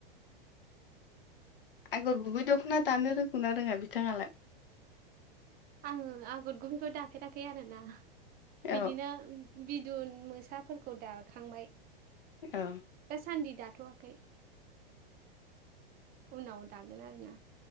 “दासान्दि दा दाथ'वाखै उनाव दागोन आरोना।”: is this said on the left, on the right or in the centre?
Right